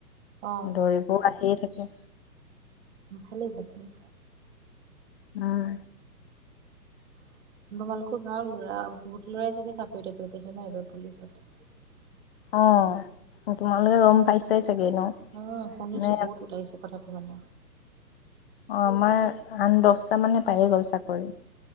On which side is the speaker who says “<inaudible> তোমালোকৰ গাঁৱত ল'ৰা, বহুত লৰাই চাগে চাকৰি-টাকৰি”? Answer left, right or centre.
Right